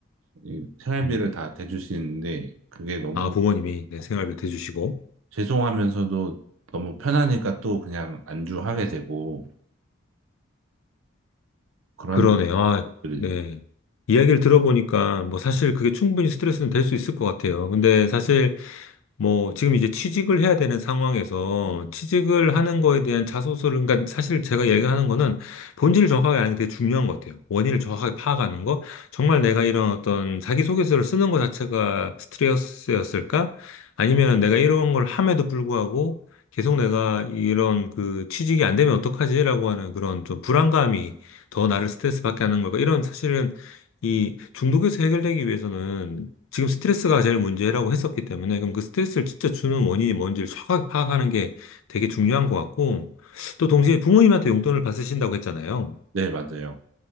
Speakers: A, on the right (about 75°); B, on the left (about 75°).
A: 이 생활비를
B: 음.
A: 다 대주시는데 그게 너무
B: 아, 부모님이 내 생활비 대주시고.
A: 죄송하면서도 너무 편하니까 또 그냥 안주하게 되고 그런
B: 그러네요. 아,
A: 것들이죠.
B: 네. 이야기를 들어보니까 뭐 사실 그게 충분히 스트레스는 될 수 있을 것 같아요. 근데 사실 뭐, 지금 이제 취직을 해야 되는 상황에서 취직을 하는 거에 대한 자소서를, 그러니까 사실 제가 얘기하는 거는 본질을 정확하게 아는 게 되게 중요한 것 같아요. 원인을 정확하게 파악하는 거. 정말 내가 이런 어떤 자기소개서를 쓰는 것 자체가 스트레스였을까? 아니면은 내가 이런 걸 함에도 불구하고 계속 내가 이런 그 취직이 안 되면 어떡하지라고 하는 그런 좀 불안감이 더 나를 스트레스 받게 하는 걸까? 이런 사실은 이 중독에서 해결되기 위해서는 지금 스트레스가 제일 문제라고 했었기 때문에 그럼 그 스트레스를 진짜 주는 원인이 뭔지를 정확하게 파악하는 게 되게 중요한 것 같고 또 동시에 부모님한테 용돈을 받으신다고 했잖아요.
A: 네, 맞아요.